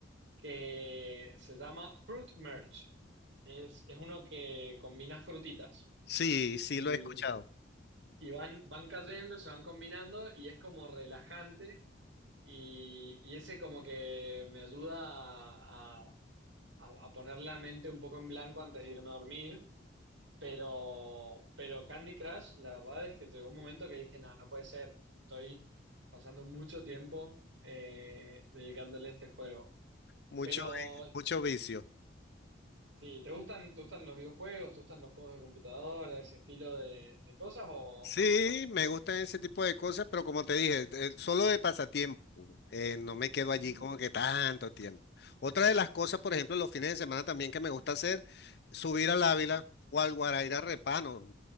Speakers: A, on the right; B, on the left.
A: que se llama Fruit Merge. Es, es uno que combina frutitas
B: Sí, sí
A: y,
B: lo he escuchado.
A: y van, van cayendo, se van combinando y es como relajante y, y ese como que me ayuda a, a a, a poner la mente un poco en blanco antes de irme a dormir, pero, pero Candy Crush, la verdad es que llegó un momento que dije, no, no puede ser, estoy pasando mucho tiempo eh, dedicándole a este juego.
B: Mucho,
A: Pero
B: vi- mucho vicio.
A: sí, ¿te gustan, te gustan los videojuegos, te gustan los juegos de computadora, ese estilo de, de cosas o,
B: Sí,
A: o no tanto?
B: me gustan ese tipo de cosas, pero como te dije, eh, solo de pasatiempo, eh, no me quedo
A: Ujú,
B: allí como que tanto tiempo. Otra de las cosas, por ejemplo, los fines de semana también que me gusta hacer, subir al Ávila o al Guaraira Repano,